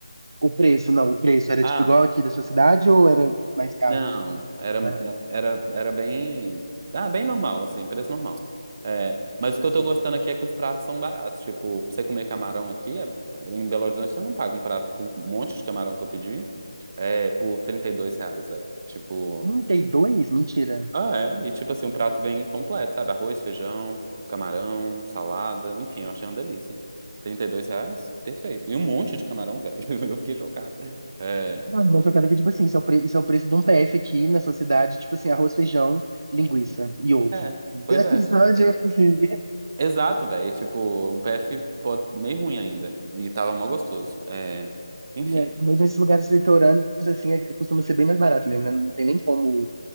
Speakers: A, on the right (about 45°); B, on the right (about 30°).
A: O preço, não, o preço era
B: Ah,
A: tipo igual aqui da sua cidade ou era mais caro,
B: não. Era,
A: mais barato,
B: era, era bem. Ah, bem normal, assim, preço normal. É, mas
A: acessível?
B: o que eu tô gostando aqui é que os pratos são baratos. Tipo, pra você comer camarão aqui, é- em Belo Horizonte, você não paga um prato com um monte de camarão que eu pedi é, por 32 reais, velho. Tipo.
A: trinta e dois Mentira.
B: Ah, é. E tipo assim, o prato vem completo, sabe? Arroz, feijão, camarão, salada, enfim, eu achei uma delícia. 32 reais? Perfeito. E um monte de camarão, velho. <laughs> Eu fiquei chocado. É,
A: Não, Uma jogada que, tipo assim, isso é o, pre- isso é o preço de um PF aqui na sua cidade, tipo assim, arroz, feijão, linguiça e ovo.
B: é,
A: <laughs>
B: pois é.
A: Sabe, tipo assim,
B: Exato, velho. Tipo, um PF po- meio ruim ainda. E tava mó gostoso. É, enfim.
A: é, Mas nesses lugares litorâneos, assim, é- costuma ser bem mais barato mesmo, né? Não tem nem como,